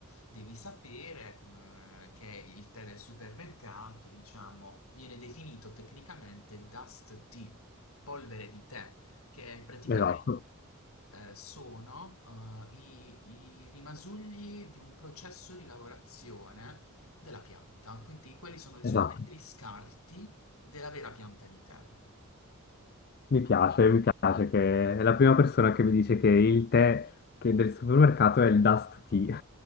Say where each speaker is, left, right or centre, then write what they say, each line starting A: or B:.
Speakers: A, on the left; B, on the left.
A: devi sapere come- che il tè del supermercato, diciamo, viene definito tecnicamente dust tea, polvere di tè, che praticamente
B: Esatto,
A: eh, sono eh, i, i rimasugli di un processo di lavorazione della pianta, quindi quelli sono solamente
B: esatto.
A: gli scarti della vera pianta di tè.
B: Mi piace, mi piace che è la prima persona che mi dice che il tè che del supermercato è il Dust Tea.